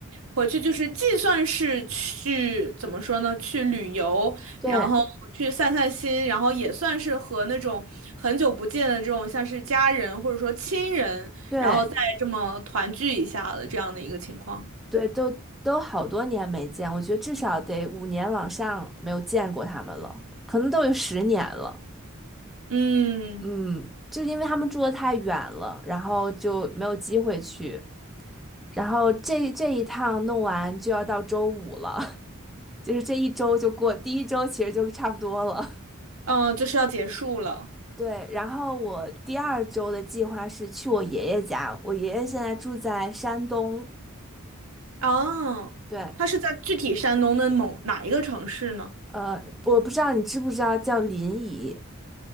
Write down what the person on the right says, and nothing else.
回去，就是既算是去怎么说呢，去旅游，
然后去散散心，然后也算是和那种很久不见的这种像是家人或者说亲人，
然后再这么团聚一下的这样的一个情况。
嗯
嗯，就是要结束了。
哦，
它是在具体山东的某哪一个城市呢？